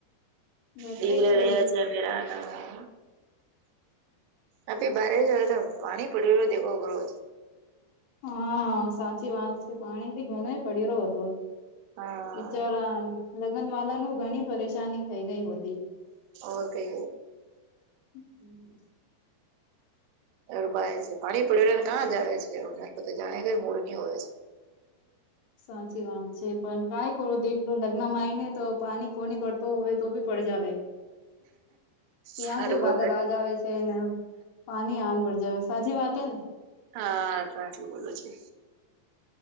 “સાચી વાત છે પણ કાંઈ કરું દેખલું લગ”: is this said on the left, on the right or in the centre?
Left